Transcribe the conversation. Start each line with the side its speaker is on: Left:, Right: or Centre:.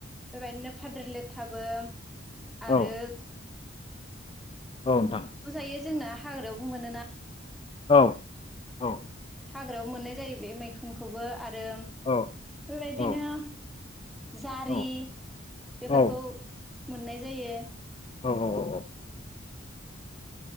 Centre: बेबायदिनो फाद्रि लेथाबो
Left: औ
Centre: आरो
Left: औ नोंथां
Centre: नजायो जोंना हाग्रायावबो मोनोना
Left: औ औ।
Centre: हाग्रायावबो मोननाय जायो बे मैखुनखौबो आ आरो
Left: औ
Centre: बेबायदिनो
Left: औ
Centre: जारि
Left: औ
Centre: बेफोरखौ
Left: औ
Centre: मोननाय जायो।
Left: औ औ औ औ।